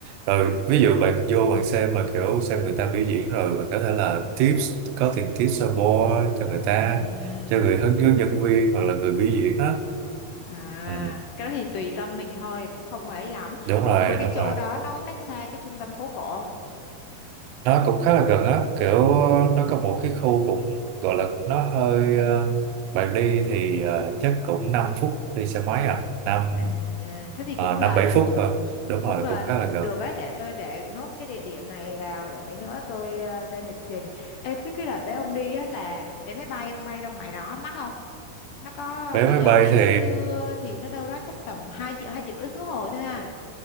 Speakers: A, on the right; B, on the left.
A: Rồi ví dụ bạn vô bạn xem mà kiểu xem người ta biểu diễn rồi bạn có thể là tips, có tiền tips support cho người ta,
B: ừm,
A: cho người hướng hướng dẫn viên hoặc là người biểu diễn á.
B: À,
A: Ừ,
B: cái đó thì tùy tâm mình thôi, cũng không ấy lắm.
A: đúng
B: Ủa
A: rồi,
B: nhưng mà cái
A: đúng
B: chỗ
A: rồi.
B: đó nó có cách xa cái trung tâm phố cổ không?
A: nó cũng khá là gần á kiểu ờ, nó có một cái khu cũng gọi là nó hơi ờ, bạn đi thì ờ, chắc cũng 5 phút đi xe máy à năm
B: À, thế thì
A: ờ,
B: cũng
A: năm
B: gần,
A: bảy phút thôi đúng rồi
B: cũng gần.
A: cũng khá là gần
B: Được đấy, để tôi để nốt cái địa điểm này vào để mấy nữa tôi ờ, lên lịch trình. Ê, chứ cái đợt đấy ông đi á là vé máy bay ông bay ra ngoài đó mắc không? Nó có
A: vé
B: tôi
A: máy
B: nhớ
A: bay
B: ngày
A: thì
B: xưa thì nó đâu đó chắc tầm 2 triệu, 2 triệu rưỡi khứ hồi thôi ha.